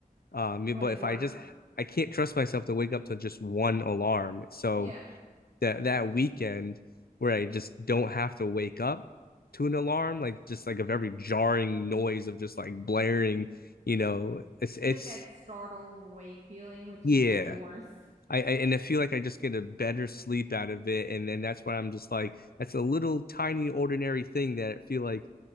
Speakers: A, on the left; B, on the right.
A: um,
B: But
A: but
B: it
A: if
B: works.
A: I just I can't trust myself to wake up to just one alarm. So
B: Yeah.
A: that that weekend where I just don't have to wake up to an alarm, like just like a very jarring noise of just like blaring, you know, it's
B: It's
A: it's
B: like that startle awake feeling, which
A: yeah.
B: is like the worst.
A: I, I and I feel like I just get a better sleep out of it, and then that's why I'm just like that's a little tiny ordinary thing that I feel like